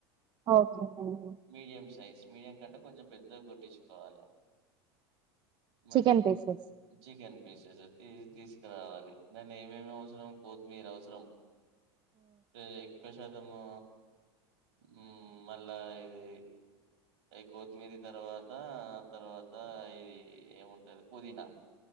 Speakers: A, on the right (about 35°); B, on the right (about 75°).
A: okay thank you
B: medium size medium కంటే కొంచెం పెద్దగా కొట్టించుకోవాలే. మన్
A: chicken pieces
B: chicken piece <unintelligible> tea తీస్కరావాలి దాని ఏమేమి అవసరం కొత్తిమీర అవసరం సరేక్ ఒక్క శాతము మ్మ్ మళ్ళా, ఇది అయి కొత్తిమీర తర్వాత తర్వాత ఇది ఏ ఎవన్ తెల్ పుదీనా